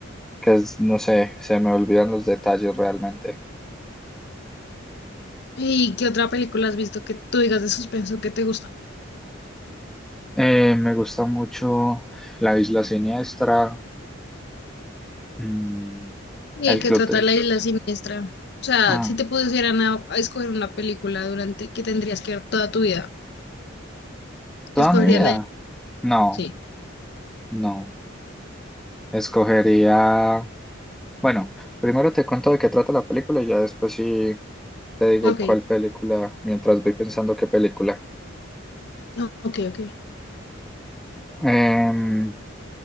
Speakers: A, in the centre; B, on the left (about 55°).
A: que es- no sé, se me olvidan los detalles realmente.
B: ¿Y qué otra película has visto que tú digas de suspenso que te gusta?
A: Eh, me gusta mucho La Isla Siniestra, mm,
B: Y
A: El
B: hay que
A: Club
B: tratar
A: de...
B: la isla siniestra. O sea,
A: Ah,
B: si te pusieran a, a escoger una película durante que tendrías que ver toda tu vida,
A: ¿toda
B: ¿escogerías
A: mi vida?
B: la isla?
A: No,
B: Sí.
A: no. Escogería... Bueno, primero te cuento de qué trata la película y ya después sí te digo
B: Ok.
A: cuál película, mientras voy pensando qué película.
B: No, ok, ok.
A: Em,